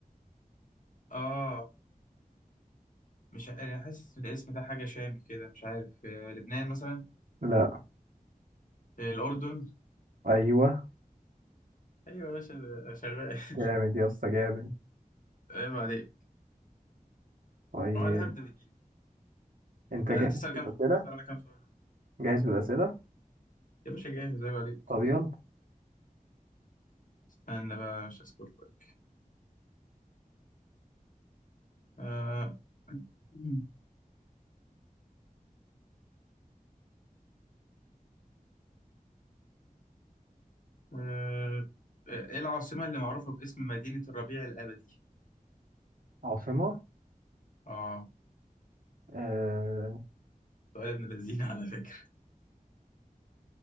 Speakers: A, on the left; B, on the right.
A: <clears throat> اه مش ع- انا حاسس إن الاسم ده حاجة شامي كده مش عارف آه، لبنان مثلا
B: لا
A: آه، الأردن
B: ايوه
A: أيوة يا باشا ده شغال
B: جامد
A: <laughs>
B: يا اسطى جامد
A: عيب عليك
B: طيب
A: هو أنا هبدأ بدي
B: انت جاهز
A: تسأل
B: بالاسئله
A: كام سؤال مثلا أنا كام سؤال
B: جاهز بالاسئله
A: يا باشا جاهز عيب عليك
B: طب يلا
A: استنى بقى مش هسكت لك آه، <clears throat> آه، إيه العاصمة اللي معروفة باسم مدينة الربيع الأبدي؟
B: عاصمه
A: آه
B: آه...
A: سؤال ابن لذينة <laughs> على فكرة